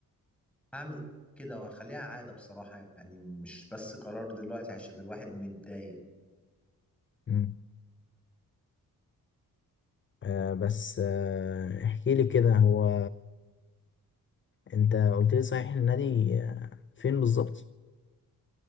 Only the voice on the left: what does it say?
مم. آه بس آه احكي لي كده هو أنت قلت لي صحيح النادي آه فين بالظبط؟